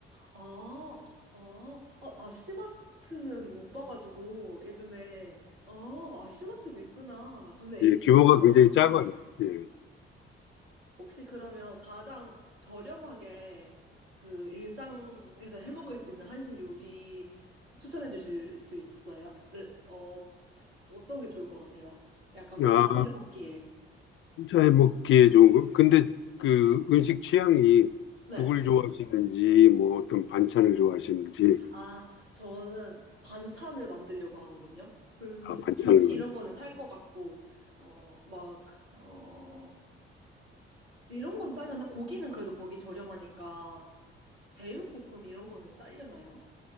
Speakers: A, on the right (about 80°); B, on the left (about 40°).
A: 어, 아, 어, 어, 아씨마트는 못 봐가지고 예전에 어, 아씨마트도 있구나. 저는 H마트만
B: 예, 규모가 굉장히
A: 생각했는데.
B: 작아요. 예.
A: 혹시 그러면 가장 저렴하게 그 일상에서 해 먹을 수 있는 한식 요리 추천해 주실 수 있어요? 를- 어, 어떤 게 좋을 것 같아요? 약간 혼자서
B: 아,
A: 해 먹기에.
B: 혼 먹기에 좋은 거. 근데 그 음식 취향이
A: 네.
B: 국을 좋아하시는지 뭐 어떤 반찬을 좋아하시는지
A: 아, 저는 반찬을 만들려고 하거든요. 음,
B: 아, 반찬을
A: 김치 이런 거는 살 것 같고, 어, 막, 어, 이런 건 싸려나? 고기는 그래도 거기 저렴하니까, 제육볶음 이런 거는 싸려나요?